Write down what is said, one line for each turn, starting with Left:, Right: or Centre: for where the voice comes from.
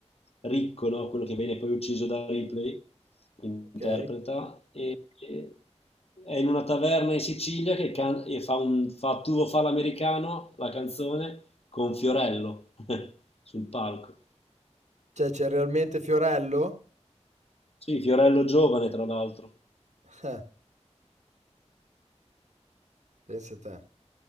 Left: Ricco, no? Quello che viene poi ucciso da Ripley, interpreta.
Right: Ok?
Left: E- È in una taverna in Sicilia che can- e fa, un, fa Tu lo fa l'americano, la canzone, con Fiorello <laughs> sul palco.
Right: Cioè, c'è realmente Fiorello?
Left: Sì, Fiorello giovane, tra l'altro.
Right: <laughs> Eh, pensa te.